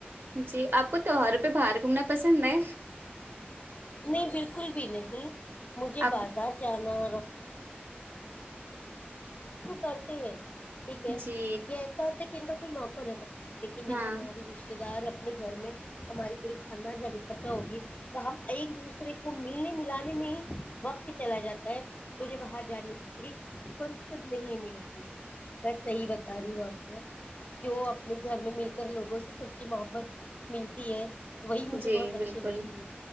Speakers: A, on the right (about 65°); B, on the left (about 40°).
A: جی آپ کو تیوہاروں پہ باہر گھومنا پسند ہے
B: نہیں بالکل بھی نہیں مجھے
A: آپ
B: بازار جانا ہ ٹھیک ہے
A: جی
B: یہ ایسا ہوتا ہے کہ کن کا کوئی موق ہو رہے گا لیکن جب
A: ہاں
B: ہمارے رشتتے دار اپنے گھر میں ہماری پوری خاندان جب اکٹھا ہوگی تو ہم ایک دوسرے ملنے ملانے میں ہی وقت چلا جاتا ہے مجھے باہر جانے کی فرصت نہیں ملی بس صحیح بتا رہی ہوں آپ کو جو اپنے گھر میں مل کر لوگوں سے سچی محبت ملتی ہے وہی مجھے
A: جی
B: بہت اچھی
A: بالکل
B: لگتی ہے